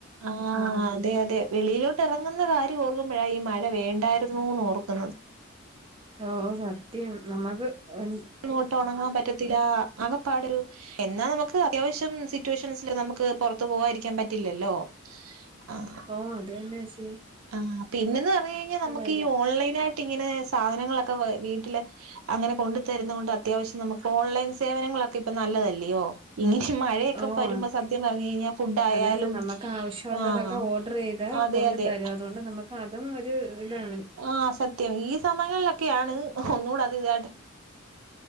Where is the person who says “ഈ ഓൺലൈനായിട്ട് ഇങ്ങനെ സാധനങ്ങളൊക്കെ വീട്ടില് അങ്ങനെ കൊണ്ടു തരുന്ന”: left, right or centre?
Right